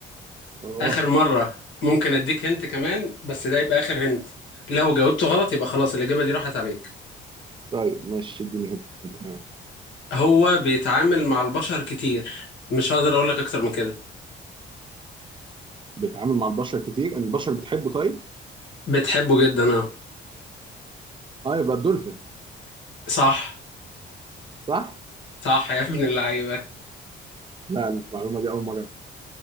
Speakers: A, on the right; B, on the left.
A: اه
B: اخر مرة ممكن اديك هنت كمان بس ده يبقى اخر هنت لو جاوبته غلط يبقى خلاص الاجابة دي راحت عليك
A: طيب ماشي اديني هنت كمان
B: هو بيتعامل مع البشر كتير مش هقدر اقول لك اكتر من كده
A: بيتعامل مع البشر كتير البشر بتحبه طيب
B: بتحبه جدا اه
A: اه يبقى الدولفين
B: صح
A: صح
B: صح يا ابن اللعيبة
A: لا المعلومه دي اول مره